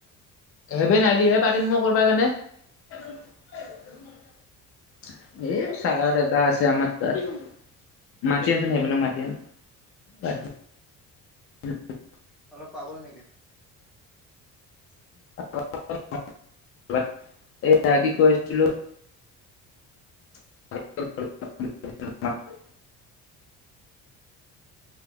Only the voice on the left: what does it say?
হেবেন আইলিহে পাৰিম মই কৰবা কাৰণে। <unintelligible> এ ছাৰ এটা আইছি আমাৰ তাত। মাতি আনচোন হেবেনক মাতি আনি। বাদ দি, <unintelligible>
<unintelligible> এয়া কি কৈ আছিলো? <unintelligible>